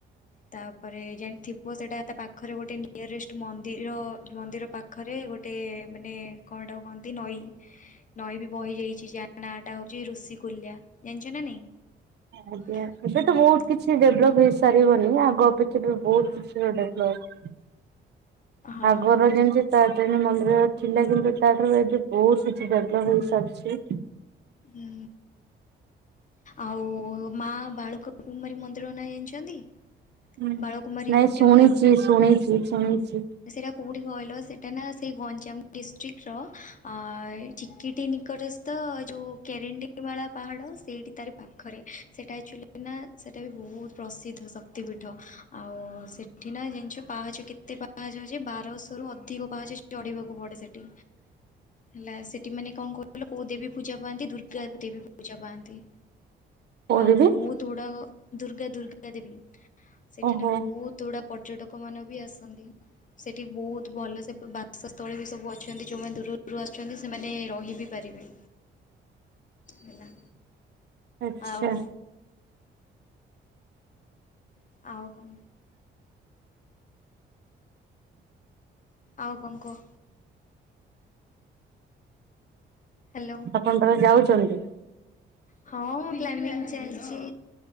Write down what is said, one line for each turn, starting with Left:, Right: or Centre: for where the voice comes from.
Left: ତାପରେ ଜାଣି ଥିବ ସେଟା ତା ପାଖରେ ଗୋଟେ ନିୟରେଷ୍ଟ ମନ୍ଦିର ମନ୍ଦିର ପାଖରେ ଗୋଟେ ମାନେ କଣ ହେଇଟାକୁ କୁହନ୍ତି ନଈ। ନଈ ବି ବହିଯାଇଚି ଯାହା ନାଁ ଟା ହଉଛି ଋଷି କୁଲ୍ୟା ଜାଣିଚ ନା ନାଇଁ?
Right: ଆଜ୍ଞା
Left: ହୁଁ।
Right: ଏବେ ତ ବହୁତ କିଛି ଡେଭଲପ୍ ହେଇସାରିବନି ଆଗ ଅପେକ୍ଷା ବି ବହୁତ
Left: ହଁ
Right: କିଛି ଡେଭଲପ୍।
Left: ହଁ।
Right: ଆଗରୁ ଯେମତି ତାରାତାରିଣୀ ମନ୍ଦିର ରେ ଥିଲା କିନ୍ତୁ ତାଠାରୁ ଏବେ ବହୁତ କିଛି ଡେଭଲପ୍ ହେଇସାରିଚି।
Left: ହୁଁ। ଆଉ ମା ବାଳୁକକୁମାରୀ ମନ୍ଦିର ନା ଜାଣିଛନ୍ତି?
Right: ହୁଁ।
Left: ବାଳକୁମାରୀ
Right: ନାଇଁ ଶୁଣିଚି
Left: ଟେମ୍ପଲ।
Right: ଶୁଣିଚି ଶୁଣିଚି।
Left: ସେଇଟା କୋଉଁଠି କହିଲ? ସେଟା ନା ସେଇ ଗଞ୍ଜାମ ଡିଷ୍ଟ୍ରିକ୍ଟର ଅ ଚିକିଟି ନିକଟ ସ୍ଥ ଯୋଉ <unintelligible> ମାଳା ପାହାଡ଼ ସେଇଠି ତାର ପାଖରେ। ସେଟା ଆକଚୁଆଲି ନା ସେଟା ବି ବହୁତ ପ୍ରସିଦ୍ଧ ଶକ୍ତିପୀଠ, ଆଉ ସେଠି ନା ଜାଣିଚ ପାହଚ କେତେ ପା କୁହାଯାଏ ଯେ ବାରଶହ ରୁ ଅଧିକ ପାହାଚ ଚଢିବାକୁ ପଡେ ସେଠି। ହେଲା, ସେ ସେଠି ମାନେ କଣ <unintelligible> ପୂଜା ପାଆନ୍ତି ଦୁର୍ଗା ଦେବୀ ପୂଜା ପାଆନ୍ତି।
Right: କୋଉଠିକି?
Left: ଆଉ ବହୁତ୍ ତୋଡ଼ ଦୁର୍ଗା ଦୁର୍ଗା ଦେବି, ସେଠି
Right: ଓହୋ।
Left: ନା ବହୁତ୍ କେତେ ଗୁଡ଼ା ପର୍ଯ୍ୟଟକ ମାନ ବି ଆସନ୍ତି। ସେଇଠି ବହୁତ୍ ଭଲ ସେ ବାସସ୍ଥଳୀ ବି ସବୁ ଅଛନ୍ତି, ଯଉମାନେ ଦୂର ଦୂର ରୁ ଆସୁଛନ୍ତି ସେମାନେ ରହି ବି ପାରିବେ। ହେଲା।
Right: ଆଚ୍ଛା।
Left: ଆଉ ଆଉ କଣ ଆଉ କଣ କୁହ? ହ୍ୟାଲୋ।
Right: ଆପଣ ତାହେଲେ ଯାଉଛନ୍ତି?
Left: ହଁ। ପ୍ଲାନିଂ ଚାଲିଚି